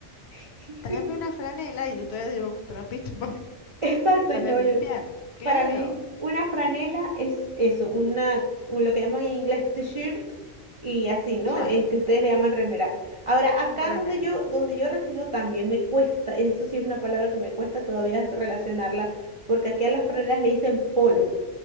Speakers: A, on the right; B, on the left.
A: <laughs>
B: tráeme una franela y yo te voy a llevar un trapito <laughs> para
A: Exacto,
B: Para
A: y no,
B: limpiar,
A: yo-
B: claro,
A: para mí una franela es eso, una, un- lo que llaman en inglés t-shirt y así, ¿no?
B: claro.
A: Es que ustedes le llaman remera. Ahora, acá
B: Remera,
A: donde yo, donde yo resido también me cuesta, eso sí es una palabra que me cuesta todavía relacionarla porque aquí a las franelas le dicen polo.